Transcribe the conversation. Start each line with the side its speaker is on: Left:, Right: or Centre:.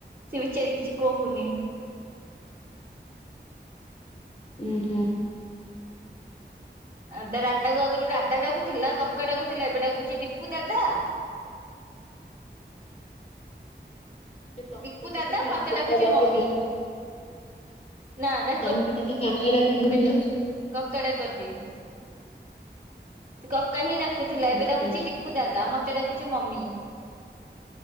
Right: ସେ ବିଚାରି କିଛି କହୁନି।
Left: ହୁଁ ହୁଁ
Right: ଆଉ ତା ଦାଦା କ ଆଗରୁ ଦାଦା ଡାକୁ ଥିଲା କକା ଡାକୁ ଥିଲା ଏବେ ଡାକୁଚି ଦୀପୁ ଦାଦା।
Left: ଯେ ତମ
Right: ଦୀପୁ
Left: ପଟେ
Right: ଦାଦା
Left: ତ
Right: ମତେ
Left: କାକା
Right: ଡାକୁଚି
Left: ଡାକନ୍ତିନି
Right: ମମି। ନା ଡାକ
Left: ତମ ପଟେ ତ କାକା ଡାକନ୍ତିନି
Right: <inaudible>
Left: ଲୋ
Right: କକା ଡାକନ୍ତି। ସେ କକା ହିଁ ଡାକ କୁଥିଲା
Left: ହୁଁ
Right: ଏବେ ଡାକୁଚି
Left: ହୁଁ
Right: ଦୀପୁ ଦାଦା ମତେ ଡାକୁ ଚି ମମି।